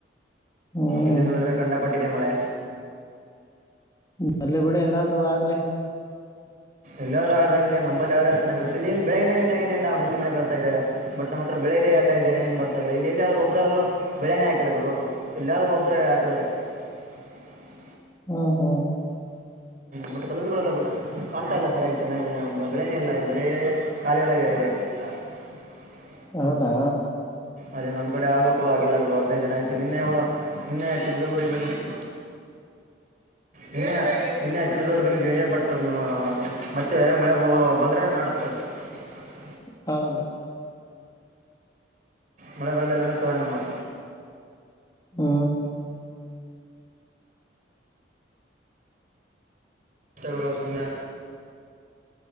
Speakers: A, on the left; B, on the right.
A: ಹ್ಮ್
B: ಇಲ್ಲಿ ನೋಡಿದ್ರೆ ಕಂಡಪಟ್ಟಿದೆ ಮಳೆ.
A: ಬರ್ಲಿ ಬಿಡಿ ಎಲ್ಲಾದ್ರೂ ಆಗ್ಲೆ.
B: ಎಲ್ಲಾದ್ರೂ ಆಗದ ನಂಬಲ್ಲಿ ಯ್ರೂ ಚೆನ್ನಾಗಿರುತ್ತ ಇ ಏ ಬೆಳಿನೆಲ್ಲ ಏನಿಲ್ಲ ಮಲ್ಲಿ ಮಳೆ ಬರ್ತಾ ಇದೆ ಬಟ್ ನಮ್ಮ ಹತ್ರ ಬೆಳ್ ಬೆಳೆ ಇದೆ ಎಲ್ಲ ಇದೆ ಏನ್ ಬರ್ತಾ ಇಲ್ಲ ಇಲ್ಲಿ ಎಲ್ಲಿದ್ರೂ ಒಬ್ಬ್ರ ಆದ್ರರು ಬೆಳೆನೇ ಹಾಕಿಲ್ಲ ಗುರು ಇಲ್ಲಾದ್ರು ಒಬ್ಬರು ಹಾಕಿದಿದರೆ. <unintelligible>
A: ಹ ಹ್ಮ್
B: ಮಟ್ಟ ಕಲಬುರ್ಗಿ ಕಾಣ್ತಾ ಇಲ್ಲ ಸರ್ ಈಗ್ ಚೆನ್ನಾಗಿ ಬೆಳೆನೇ ಇಲ್ಲ ಇಲ್ಲಿ ಬರೇ ಖಾಲಿ ಹೊಲ ಇದೆ. <unintelligible>
A: ಹೌದಾ
B: ಅದೇ ನಮ್ ಕಡೆ ಆಗ್ಬೇಕು ಆಗಿಲ್ಲ ಗುರು ಹದ್ನೈದು ದಿನ ಆಯ್ತು ನಿನ್ನೆ ನಿನ್ನೆತಿರ್ಗ ಊರಿಗೆ ಬನ್ನಿರಿ. <unintelligible> ನಿನ್ನೆ ನಿನ್ನೆ ಹತ್ತಿ ಬೀಸೋರ್ ಬಂದಿದ್ವಿ ಬಟ್ ಮತ್ತೆ ಮಳೆ ಬಾ ಬಂದ್ರೆ ನಾಟುತ್ತೆ. <unintelligible>
A: ಹೌದು
B: ಮಳೆ ಬರಲ್ಲ ಅಂದ್ ಶಿವಾಯ ನಮಃ.
A: ಹ್ಮ
B: ತಗೋರೋಸ್ ಮುನ್ಯ.